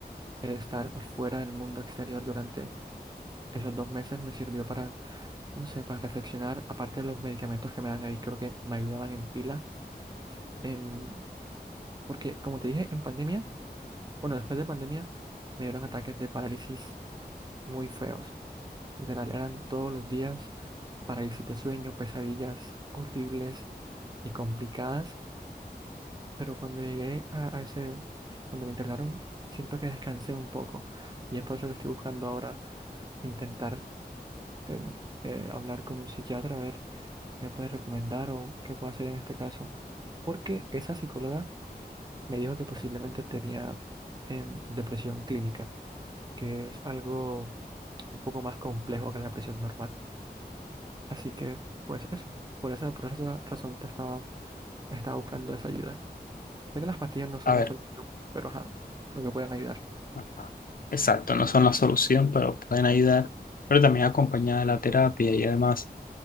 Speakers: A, on the right; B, on the left.
A: El estar fuera del mundo exterior durante esos dos meses me sirvió para, no sé, para reflexionar, aparte de los medicamentos que me dan ahí, creo que me ayudaban en pila, em, porque como te dije, en pandemia, bueno, después de pandemia, me dieron ataques de parálisis muy feos, literal, eran todos los días parálisis de sueño, pesadillas horribles y complicadas Pero cuando llegué a, a ese, cuando me internaron, siento que descansé un poco. Y es por eso que estoy buscando ahora intentar em, eh, hablar con un psiquiatra, a ver qué me puede recomendar o qué puedo hacer en este caso. Porque esa psicóloga me dijo que posiblemente tenía em, depresión clínica, que es algo un poco más complejo que la depresión normal. Así que, pues eso, por esa, por esa razón te estaba, estaba buscando esa ayuda. Sé que las pastillas no son
B: A ver.
A: la solución, pero ajá, creo que pueden ayudar.
B: Ajá. Exacto, no son la solución, pero pueden ayudar, pero también acompañada de la terapia y además,